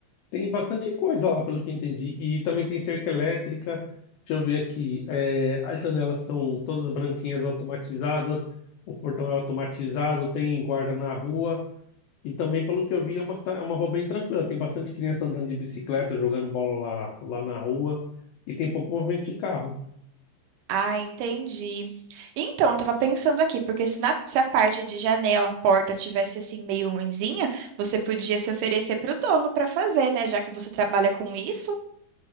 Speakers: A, on the left; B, on the right.
A: tem bastante coisa lá, pelo que eu entendi. E também tem cerca elétrica, deixa eu ver aqui, é, as janelas são todas branquinhas automatizadas, o portão é automatizado, tem guarda na rua, E também, pelo que eu vi, é uma, cida- é uma rua bem tranquila. Tem bastante criança andando de bicicleta, jogando bola lá, lá na rua. E tem pouco movimento de carro.
B: Ah, entendi. Então, eu tava pensando aqui, porque se, na- se a parte de janela, porta tivesse assim meio ruinzinha, você podia se oferecer pro dono pra fazer, né? Já que você trabalha com isso.